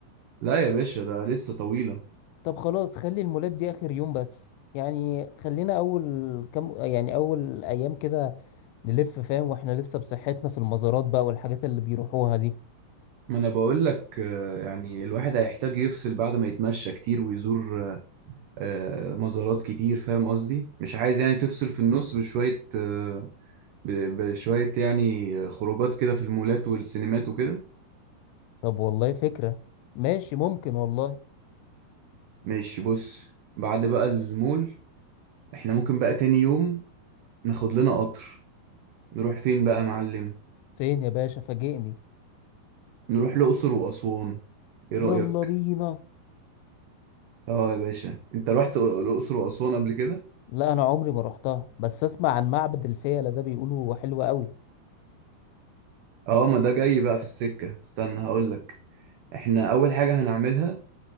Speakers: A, on the right (about 85°); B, on the left (about 85°).
A: لا يا باشا ده لسه طويلة
B: طب خلاص خلي المولات دي آخر يوم بس يعني خلينا أول كم يعني أول أيام كده نلف فاهم واحنا لسه بصحتنا في المزارات بقى والحاجات اللي بيروحوها دي
A: ما انا بقول لك آه، يعني الواحد هيحتاج يفصل بعد ما يتمشى كتير ويزور آه، مزارات كتير فاهم قصدي؟ مش عايز يعني تفصل في النص بشوية آه، ب- بشوية يعني خروجات كده في المولات والسينمات وكده
B: طب والله فكرة ماشي ممكن والله
A: ماشي بص بعد بقى المول احنا ممكن بقى تاني يوم ناخد لنا قطر نروح فين بقى يا معلم؟
B: فين يا باشا فاجئني
A: نروح الأقصر وأسوان إيه رأيك؟
B: يلا بينا
A: اه يا باشا انت رحت الأقصر وأسوان قبل كده؟
B: لا انا عمري ما رحتها بس اسمع عن معبد الفيلة ده بيقولوا حلو قوي
A: اه ما ده جاي بقى في السكة استنى هقولك احنا أول حاجة هنعملها